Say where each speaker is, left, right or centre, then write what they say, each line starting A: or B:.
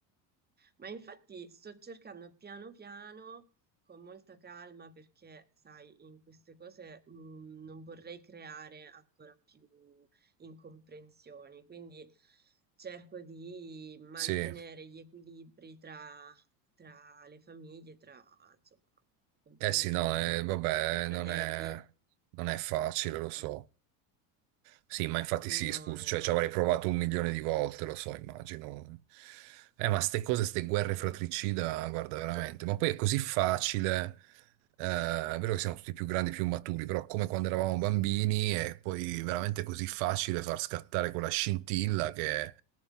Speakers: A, on the right; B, on the right.
A: ma infatti sto cercando piano piano, con molta calma, perché sai, in queste cose mh, non vorrei creare ancora più incomprensioni, quindi cerco di mantenere
B: Sì.
A: gli equilibri tra, tra le famiglie, tra, insomma, quantomeno
B: Eh sì,
A: tra
B: no,
A: le famiglie
B: eh, vabbè,
A: dei fratelli.
B: non è, non è facile, lo so.
A: Mm,
B: Sì, ma infatti
A: No,
B: sì, scusa,
A: no,
B: cioè
A: no.
B: ci avrei provato un milione di volte, lo so, immagino. Eh, ma ste cose, ste guerre fratricida,
A: Mm. mm.
B: guarda, veramente. Ma poi è così facile, eh, è vero che siamo tutti più grandi, più maturi, però come quando eravamo bambini è poi veramente così facile far scattare quella scintilla che